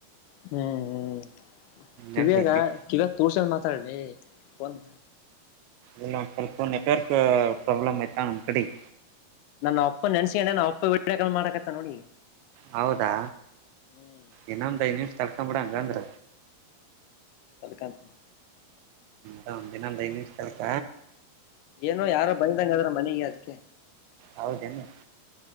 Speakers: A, on the left; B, on the right.
A: ಹ್ಮ್ ಹ್ಮ್ ಕಿವಿಯಾಗ
B: ಹೆಂಗೈತಿ
A: ಕಿವಿಯಾಗ ತೋರ್ಸನ್ ಮಾತಾಡ್ಲಿ ಫೋನ್
B: ಇಲ್ಲ ಒಂದ ಸ್ವಲ್ಪ ನೆಟ್ವರ್ಕ್ ಪ್ರಾಬ್ಲ್ ಐತಾ ನಮ್ಮ ಕಡೆಗ
A: ನನ್ನ ನಮ್ಮ ಅಪ್ಪ ನೆನ್ಸಕಂಡೆ ನಮ್ಮ ಅಪ್ಪ ವೀಡಿಯೊ ಕಾಲ ಮಾಡಾಕತ್ತಾನ ನೋಡ ಈಗ
B: ಹೌದಾ
A: ಹ್ಮ್
B: ಇನ್ನೊಂದ ಐದ ನಿಮಿಷ ತಡಕೊಂಡ ಬಿಡ ಹಂಗಂದ್ರ
A: ತಡ್ಕೊಂತಿನಿ
B: ಹ್ಮ್ ಇನ್ನೊಂದ ಐದ ನಿಮಿಷ ತಡಕ
A: ಏನೋ ಯಾರೋ ಬೈದಂಗ <unintelligible> ಅದಾರ ಮನೆಗೆ ಅದಕ್ಕೆ
B: ಹೌದೇನು